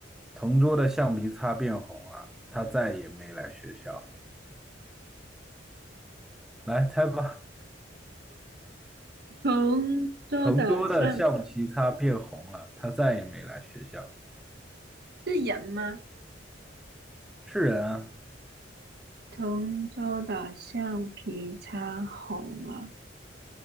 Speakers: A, in the centre; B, on the right (about 55°).
A: 同桌的橡皮擦变红了，他再也没来学校。来猜吧，
B: 同桌的橡
A: 同桌的橡皮擦变红了，他再也没来学校。
B: 是人吗？
A: 是人啊，
B: 同桌的橡皮擦红了，